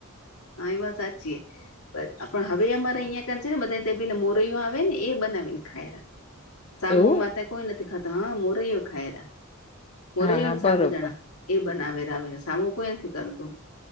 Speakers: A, on the left (about 80°); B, on the left (about 30°).
A: હા એ વાત સાચી. પણ હવે અમારે અહિયાં કાન છે ને બધા પેલા મોરૈઓ આવે ને એ બનાવી ને ખાયલા. સામુમાં
B: એવું
A: ત કોઈ નથી ખાતો હા મોરૈયો ખાય મોરૈયો
B: હા હા
A: ને સાબુદણા.
B: બરોબર
A: એ બનાવેર આવે સામું કોઈ નથી કરતો.